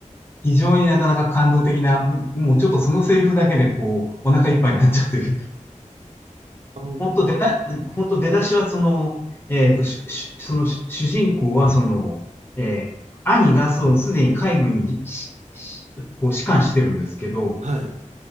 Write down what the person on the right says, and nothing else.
あの、
はい。